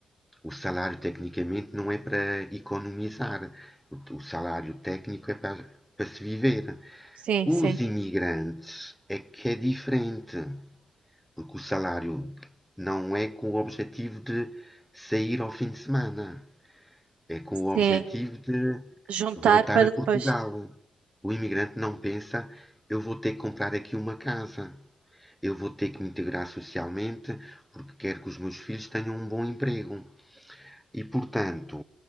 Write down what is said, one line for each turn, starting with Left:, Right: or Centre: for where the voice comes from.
Centre: salário tecnicamente não é para economizar, o, o salário técnico é para, para se viver.
Right: Sim,
Centre: Os
Right: sim,
Centre: imigrantes é que é diferente, porque o salário não é com o objetivo de sair ao fim de semana, é com
Right: sim.
Centre: o objetivo de
Right: Juntar
Centre: voltar
Right: para
Centre: a Portugal.
Right: depois.
Centre: O imigrante não pensa, eu vou ter que comprar aqui uma casa, eu vou ter que me integrar socialmente, porque quero que os meus filhos tenham um bom emprego. E, portanto,